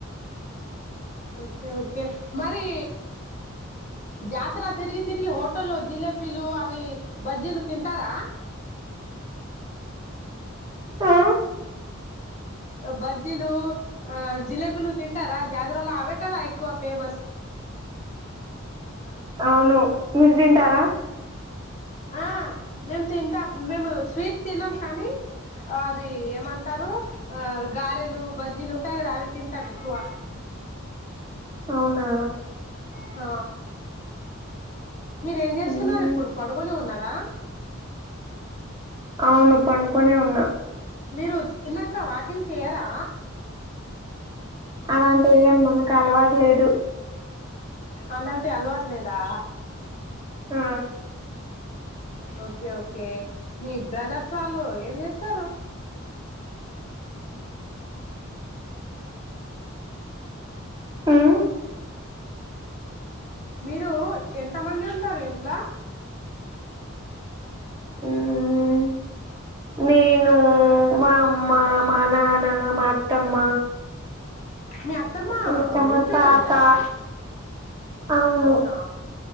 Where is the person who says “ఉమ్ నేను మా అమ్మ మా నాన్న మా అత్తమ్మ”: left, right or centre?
Right